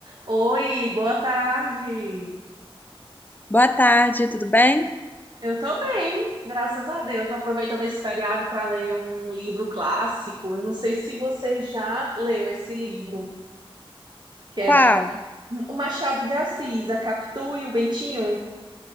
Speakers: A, on the right (about 45°); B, on the left (about 20°).
A: Oi, boa tarde.
B: Boa tarde, tudo bem?
A: Eu tô bem, graças a Deus. Aproveitando esse feriado para ler um livro clássico. Eu não sei se você já leu esse livro, que
B: Qual?
A: é da o Machado de Assis, A Capitu e o Bentinho.